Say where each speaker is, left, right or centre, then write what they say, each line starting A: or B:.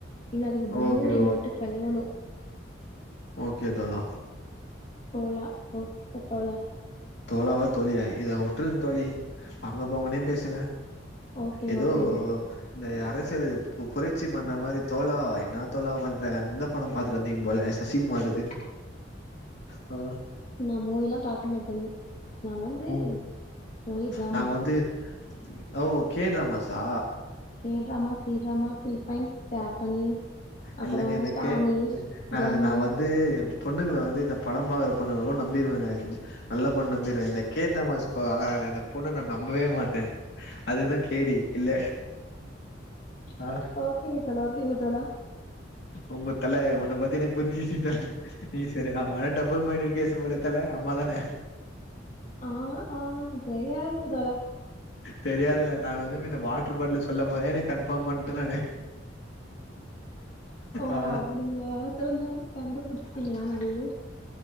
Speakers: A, on the left; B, on the left.
A: இன்னும் அதுக்கு
B: ஓகே
A: மூடிய மட்டு கழுவணும்
B: ஒகே‌ தோழா
A: தோழா ஓகே தோழா
B: தோழாவா தோழிய இதா உறட்ருங்க தோழி வாங்க போங்கனே பேசுங்க
A: ஓகேங்க
B: ஏதோ
A: ஓகேங்க
B: இந்த அரசியல்வாதி புரட்சி பண்ற மாதிரி தோழா என்ன தோழா பண்ற அந்த படம் பாத்து வந்தீங்க போல சசிகுமார்
A: <inaudible>
B: ஆ
A: நான் மோவல்லாம் பாக்க மாட்டே நான் வந்து
B: ஓ
A: ஓன்லி டிராம
B: நாங்க வந்து ஓ கே ட்ராமாசா
A: K drama C drama Philippines Japanese அப்புறோ
B: இல்ங்க இந்த
A: ஸ்பானிஷ்
B: கே இந்த ந
A: ஜெர்மன்
B: நான் வந்து பொண்ணுங்களை வந்து இந்த படம் பாக்ற பொண்ணுங்கள கூட நம்பிருவேங்க நல்ல பொண்ணு நம்பிடுவேன் இந்த கே ட்ராமாஸ் பாக்கறாங்களே அந்த பொண்ணை நான் நம்பவே மாட்டேன் அதுத கேடி இல்ல ஆ
A: ஓகேங்க தோழா ஓகேங்க‌ தோழா
B: உங்க தல உன்னை பத்தி எனக்கு புரிஞ்சுச்சுருச்சு தல நீ சரியான டபுல் மைன்டடு கேஸ் போல தல ஆமா தான
A: ஆ ஆ தெரியதுங்க தோழா
B: தெரியாதுல நா வந்து வாட்டர் பாட்டில் சொல்லும் போதே நா கன்ஃபார்ம் பண்ணட்டேன் நானு
A: ஓ
B: ஆ
A: அப்படிங்களா தோழா கண்டுபிடிச்சீங்களா நல்ல